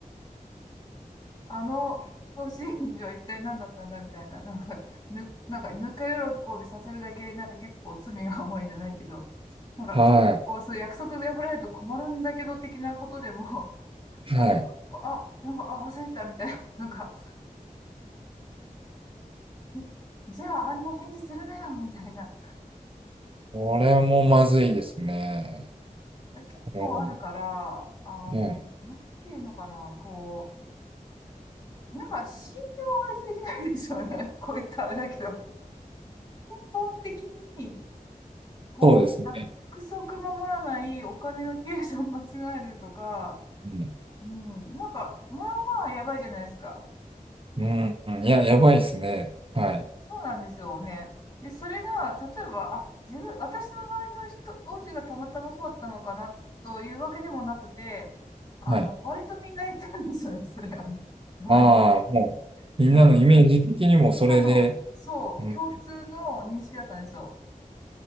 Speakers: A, on the left; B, on the right.
A: <laughs> あの、甲子園児は一体何だったんだみたいな、なんか、ぬ、なんか、ぬか喜びさせるだけ、なんか結構罪が重いじゃないけど、なんか結構そういう約束破られると困るんだけど的なことでも、
B: はい。はい。
A: なんか、あ、なんか、あ、忘れてたみたいな、なんか、<laughs> じゃあ、あんな返事するなよ、みたいな。
B: これもまずいですね。
A: 結構あるから、
B: うん。
A: あの、
B: ね。
A: なんていうのかな、こう、なんか信用は割とできないでしょうね。<laughs> こういったあれだけど、根本的に、こう、
B: そうですね。
A: 約束守らない、お金の計算間違えるとか、
B: うん。
A: うん、なんか、まあまあやばいじゃないですか。
B: うん。いや、やばいですね。はい。
A: そうなんですよね。で、それが、例えば、あ、自分、私の周りの人、王子がたまたまそうだったのかな、というわけでもなくて、あの、
B: はい。
A: 割とみんないたんですよね、それ、あの、周りに
B: ああ、もう、みんなのイメージ的にもそれで、
A: なんか、みんなの、そう、
B: うん
A: 共通の認識だったんですよ。